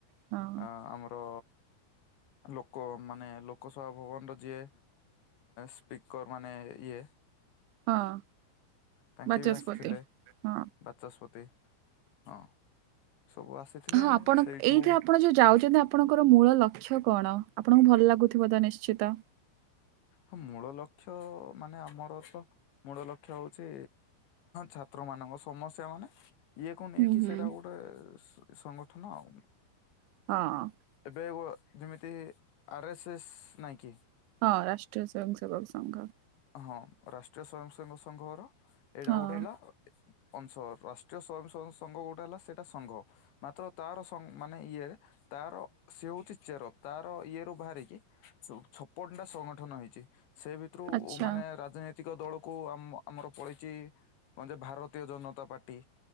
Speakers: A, on the right (about 80°); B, on the left (about 70°).
A: ହଁ
B: ଆ ଆମର ଲୋକ ମାନେ ଲୋକସଭା ଭବନର ଯିଏ ସ୍ପିକର୍ ମାନେ ଇଏ
A: ହଁ।
B: ତାଙ୍କେ
A: ବାଚସ୍ପତି
B: ବି ଆସିଥିଲେ
A: ହଁ।
B: ବାଚସ୍ପତି ହଁ। ସବୁ ଆସିଥିଲେ
A: ହଁ ଆପଣ
B: ସେଇଠୁ
A: ଏଇଠରେ ଆପଣ ଯୋଉ ଯାଉଛନ୍ତି ଆପଣଙ୍କର ମୂଳ ଲକ୍ଷ୍ୟ କଣ? ଆପଣଙ୍କୁ ଭଲ ଲାଗୁଥିବ ତ ନିଶ୍ଚିତ।
B: ହଁ ମୂଳ ଲକ୍ଷ୍ୟ ମାନେ ଆମର ତ ମୂଳ ଲକ୍ଷ୍ୟ ହଉଛି ଛାତ୍ରମାନଙ୍କ ସମସ୍ୟା ମାନେ ଇଏକୁ ନେଇକି
A: ହୁଁ ହୁଁ।
B: ସେଇଟା ଗୋଟେ ସଂଗଠନ ଆଉ।
A: ହଁ।
B: ଏବେ ଯେମିତି ଆର୍ ଏସ୍ ଏସ୍ ନାହିଁ କି।
A: ହଁ, ରାଷ୍ଟ୍ରୀୟ ସ୍ଵୟଂ ସେବକ ସଂଘ।
B: ହଁ ରାଷ୍ଟ୍ରୀୟ ସ୍ଵୟଂସେବକ ସଂଘର ଏଇଟା
A: ହଁ
B: ଗୋଟେ ହେଲା ଅଂଶ। ରାଷ୍ଟ୍ରୀୟ ସ୍ଵୟଂସ ସଂଘ ଗୋଟେ ହେଲା ସେଇଟା ସଂଘ। ମାତ୍ର ତାର ମାନେ ଇଏରେ ତାର ସେ ହଉଛି ଚେର ତାର ଇଏରୁୁ ବାହାରିକି ଛପନ ଟା ସଂଗଠନ ହେଇଛି ସେ ଭିତରୁ
A: ଆଚ୍ଛା
B: ମାନେ ରାଜନୈତିକ ଦଳକୁ ଆମ ଆମର ପଳେଇଛି କଣ ଯେ ଭାରତୀୟ ଜନତା ପାର୍ଟି